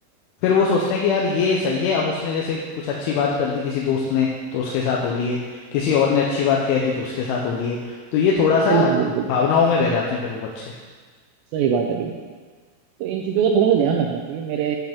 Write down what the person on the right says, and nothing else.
बिल्कुल बिल्कुल
सही बात है बिल्कुल तो इन चीज़ों का थोड़ा सा ध्यान रखना चाहिए मेरे